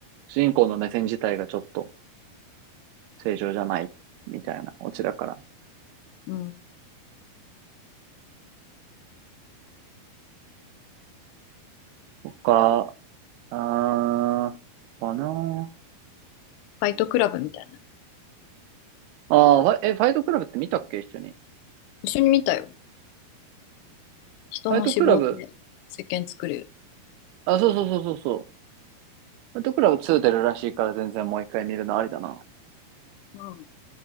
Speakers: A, on the right (about 80°); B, on the left (about 85°).
A: 主人公の目線自体がちょっと正常じゃない、みたいなオチだから。
B: うん。フ
A: 他、あー、かな
B: ァイトクラブみたいなの。
A: ああー、ファイえ、ファイトクラブって見たっけ一緒に。
B: 一緒に見たよ。人の脂肪で石鹸作る。
A: ファイトクラブ、あ、そうそうそうそうそう。ファイトクラブ2出るらしいから全然もう一回見るのありだな。
B: うん。